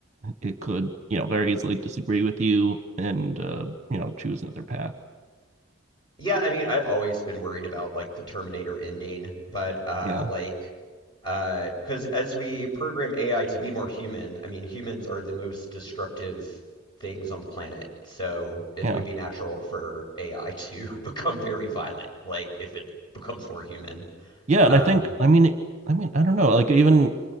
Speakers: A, on the right (about 35°); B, on the left (about 20°).
A: it could you know very easily disagree with you and uh, you know choose another path
B: yeah i mean i've always been worried about like the terminator ending but uh
A: yeah
B: like uh because as we program ai to be more human i mean humans are the most destructive things on the planet so it
A: yeah
B: would be natural for ai to <laughs> become very violent like if it becomes more human
A: yeah and
B: um
A: i think i mean i mean i don't know like even